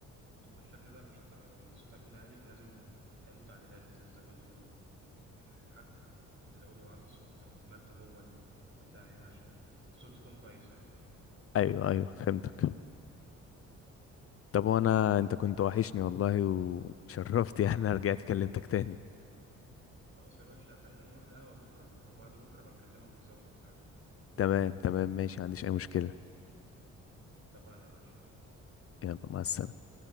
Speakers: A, on the right; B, on the left.
A: انتوا بالشكل ده مش ت- الصوت هيكون عالي فلازم تعملوا تعديلات تزودوا الحجم وتزودوا عزل الصوت أو المادة جوه البتاع يعني عشان الصوت يكون كويس يعني
B: ايوه ايوه فهمتك طب وانا انت كنت وحشني والله وتشرفت <laughs> يعني أنا رجعت كلمتك تاني
A: خلاص يا باشا خلينا نروح القهوة بكرة أو بعد بكرة بكلمك نظبط حاجة
B: تمام تمام ماشي ما عنديش أي مشكلة
A: اتفقنا يا باشا
B: يلا مع السلامة